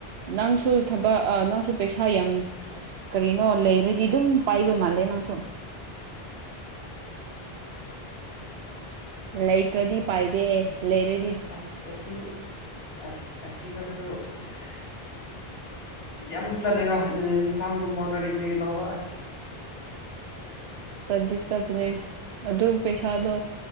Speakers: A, on the right (about 80°); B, on the left (about 75°).
A: ꯅꯪꯁꯨ ꯊꯕꯛ ꯑꯥ ꯅꯪꯁꯨ ꯄꯩꯁꯥ ꯌꯥꯝ ꯀꯔꯤꯅꯣ ꯂꯩꯔꯗꯤ ꯑꯗꯨꯝ ꯄꯥꯏꯕ ꯃꯥꯜꯂꯦ ꯅꯪꯁꯨ ꯂꯩꯇ꯭ꯔꯗꯤ ꯄꯥꯏꯗꯦ ꯂꯩꯔ
B: ꯑꯁ ꯑꯁꯤ ꯑꯁ ꯑꯁꯤꯗꯁꯨ ꯑꯁ ꯌꯥꯝ ꯆꯠꯂꯦꯒ ꯏꯟꯁꯥꯡꯒꯨꯝꯕ ꯀꯔꯤ ꯀꯔꯤ ꯇꯧꯕ ꯑꯁ
A: ꯆꯠꯗꯤ ꯆꯠꯄꯅꯦ ꯑꯗꯨ ꯄꯩꯁꯥꯗꯣ